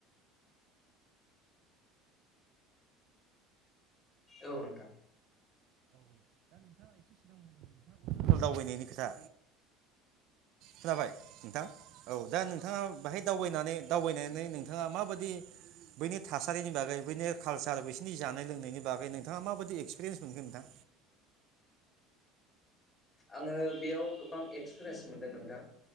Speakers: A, on the left (about 20°); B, on the right (about 60°).
A: औ नोंथां।
B: औ दा नोंथाङा एसे सिगांदों नोंथाङ फुबल दावबायनायनि खोथा। खोनाबाय नोंथां औ दा नोंथाङा बेाहाय दावबायनानै। दावबायनानै नोंथाङा माबादि बैनि थासारिनि बागै बैनि। कालसार बिसोरनि जानाय लोंनायनि बागै नोंथाङा माबायदि। एक्सपिरियेन्स मोनगोन नोंथां।
A: आङो बेयाव गोबां एक्सपिरियेन्स मोनदों नोंथां।